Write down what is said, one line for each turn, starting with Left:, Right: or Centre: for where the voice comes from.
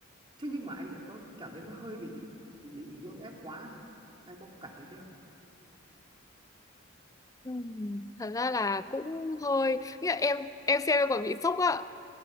Right: thế nhưng mà anh lại có cảm thấy nó hơi bị bị gượng ép quá em có cảm thấy thế không
Left: Ừm, thật ra là cũng hơi như là em em xem em còn bị sốc á